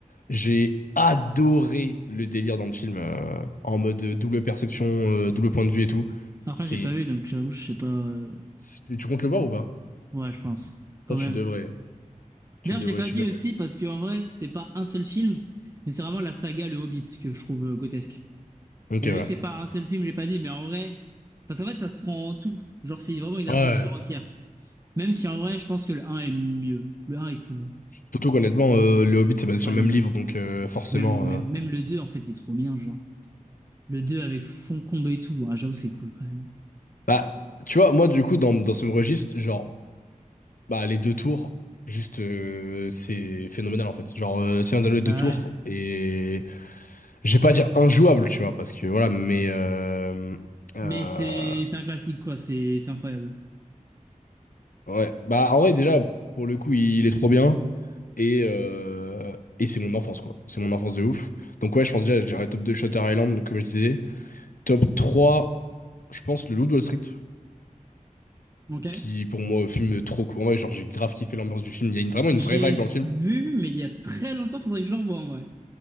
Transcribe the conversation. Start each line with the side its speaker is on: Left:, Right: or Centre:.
Left: J'ai adoré le délire dans le film, euh, en mode euh, double perception, euh, double point de vue et tout.
Right: Après,
Left: C'est...
Right: j'ai pas vu, donc j'avoue, je sais pas. euh,
Left: c'est- Tu comptes le voir ou pas?
Right: Ouais, je pense. Quand
Left: Non,
Right: même.
Left: tu devrais, tu
Right: D'ailleurs,
Left: devrais,
Right: je l'ai pas
Left: tu
Right: dit
Left: devrais.
Right: aussi parce que en vrai, c'est pas un seul film, mais c'est vraiment la saga Le Hobbit que je trouve euh, grotesque.
Left: Ok,
Right: Mais vu
Left: ouais.
Right: que c'est pas un seul film, j'ai pas dit, mais en vrai. Parce qu'en fait, ça se prend en tout. Genre, c'est vraiment une
Left: Ouais.
Right: aventure entière. Même si en vrai, je pense que le un est mieux. Le un est cool.
Left: Surtout qu'honnêtement, euh, Le Hobbit, c'est basé
Right: Après,
Left: sur le
Right: non,
Left: même
Right: même.
Left: livre, donc euh, forcément...
Right: Même, même,
Left: euh,
Right: même le 2 en fait, est trop bien, genre. Le 2 avec Foncombe et tout. Ah, j'avoue, c'est cool quand même.
Left: Bah, tu vois, moi, du coup, dans, dans ce même registre, genre, bah, les deux tours, juste, euh, c'est phénoménal, en fait. Genre, euh, Seigneur des Anneaux, les deux
Right: Bah
Left: tours,
Right: ouais.
Left: et... Je vais pas dire injouable, tu vois, parce que, voilà, mais... euh, euh,
Right: Mais c'est c'est un classique, quoi. C'est c'est incroyable.
Left: Ouais, bah en vrai déjà pour le coup il est trop bien et euh, et c'est mon enfance quoi. C'est mon enfance de ouf. Donc ouais, je pense déjà j'irai top 2 Shutter Island comme je disais, top 3 je pense Le Loup de Wall Street
Right: Ok.
Left: qui pour moi film trop cool. En vrai, genre j'ai grave kiffé l'ambiance du film, il y a une- vraiment une
Right: Je
Left: vraie
Right: l'ai
Left: vibe dans le film.
Right: vu, mais il y a très longtemps, faudrait que je le revoie en vrai.